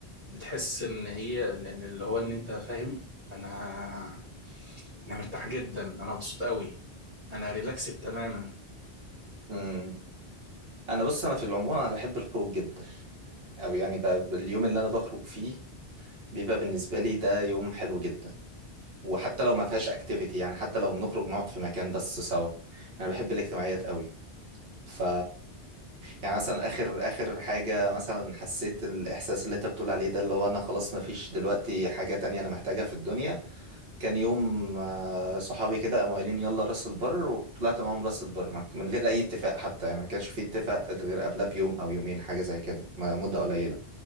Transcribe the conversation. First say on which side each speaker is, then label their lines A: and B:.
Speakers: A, on the right; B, on the right.
A: بتحس ان هي ان إن اللي هو ان انت فاهم انا انا مرتاح جدا انا مبسوط قوي انا ريلاكسد تماما
B: مم. انا بص انا في العموم انا بحب الخروج جدا او يعني بقى اليوم اللي انا بخرج فيه بيبقى بالنسبه لي ده يوم حلو جدا وحتى لو ما فيهاش اكتيفيتي يعني حتى لو بنخرج نقعد في مكان بس سوا انا بحب الاجتماعيات قوي ف يعني مثلا اخر اخر حاجه مثلا حسيت الاحساس اللي انت بتقول عليه ده اللي هو انا خلاص ما فيش دلوقتي حاجه تانية انا محتاجها في الدنيا كان يوم آه، صحابي كده قاموا قايلين يلا راس البر وطلعت معاهم راس البر ما- من غير اي اتفاق حتى يعني ما كانش في اتفاق غير قبلها بيوم او يومين حاجه زي كده م- مده قليله